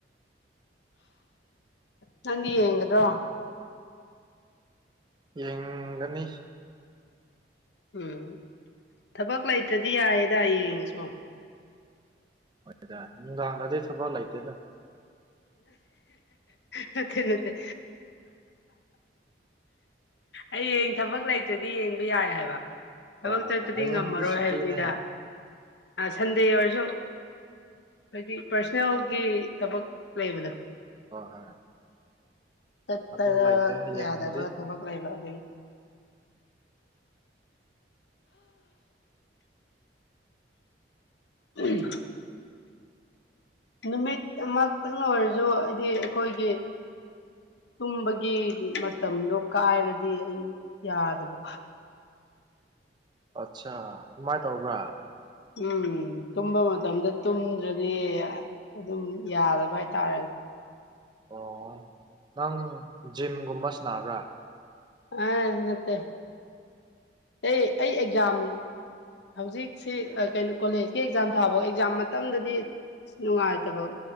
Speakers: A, on the left (about 70°); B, on the right (about 25°).
A: ꯅꯪꯗꯤ ꯌꯦꯡꯒꯗ꯭ꯔꯣ
B: ꯌꯦꯡꯒꯅꯤ
A: ꯎꯝ ꯊꯕꯛ ꯂꯩꯇ꯭ꯔꯗꯤ ꯌꯥꯏꯌꯦꯗ ꯌꯦꯡꯉꯁꯨ
B: ꯍꯣꯏꯗ ꯅꯨꯡꯗꯥꯡꯗꯗꯤ ꯊꯕꯛ ꯂꯩꯇꯦꯗ
A: ꯅꯠꯇꯦ ꯅꯠꯇꯦ ꯑꯩꯌꯦꯡ ꯊꯕꯛ ꯂꯩꯇ꯭ꯔꯗꯤ ꯌꯦꯡꯕ ꯌꯥꯏ ꯍꯥꯏꯕ
B: ꯍꯣꯏ
A: ꯊꯕꯛ
B: ꯍꯣꯏ
A: ꯆꯠꯄꯗꯤ
B: ꯍꯌꯦꯡꯕꯨꯗꯤ
A: ꯉꯝꯃꯔꯣꯏ
B: ꯁꯨꯇꯤꯅꯦ
A: ꯍꯥꯏꯕꯅꯤꯗ ꯁꯟꯗꯦ ꯑꯣꯏꯔꯁꯨ ꯍꯥꯏꯗꯤ ꯄꯥꯔꯁꯣꯅꯦꯜꯒꯤ ꯊꯕꯛ ꯂꯩꯕꯗꯣ
B: ꯍꯣꯏ ꯍꯣꯏ
A: ꯆꯠꯇꯅ
B: ꯑꯗꯨ ꯂꯩꯇꯦ ꯍꯌꯦꯡꯕꯨꯗꯤ
A: ꯌꯥꯗꯕ ꯊꯕꯛ ꯂꯩꯕ ꯑꯗꯨꯏ ꯎꯝ ꯅꯨꯃꯤꯠ ꯑꯃꯛꯇꯪ ꯑꯣꯏꯔꯁꯨ ꯍꯥꯏꯗꯤ ꯑꯩꯈꯣꯏꯒꯤ ꯇꯨꯝꯕꯒꯤ ꯃꯇꯝꯗꯣ ꯀꯥꯏꯔꯗꯤ ꯑꯩ ꯌꯥꯗꯕ
B: ꯑꯠꯆꯥ ꯑꯗꯨꯃꯥꯏꯅ ꯇꯧꯕ꯭ꯔꯥ
A: ꯎꯝ ꯇꯨꯝꯕ ꯃꯇꯝꯗ ꯇꯨꯝꯗ꯭ꯔꯗꯤ ꯑꯗꯨꯝ ꯌꯥꯗꯕ ꯍꯥꯏꯇꯥꯔꯦ
B: ꯑꯣ ꯅꯪ ꯖꯤꯝꯒꯨꯝꯕ ꯁꯅꯥꯕ꯭ꯔꯥ
A: ꯑ ꯅꯠꯇꯦ ꯑꯩ ꯑꯩ ꯑꯦꯛꯖꯥꯝ ꯍꯧꯖꯤꯛꯁꯤ ꯀꯩꯅꯣ ꯀꯣꯂꯦꯖꯀꯤ ꯑꯦꯛꯖꯥꯝ ꯊꯥꯕ ꯑꯦꯛꯖꯥꯝ ꯃꯇꯝꯗꯗꯤ ꯅꯨꯡꯉꯥꯏꯇꯕ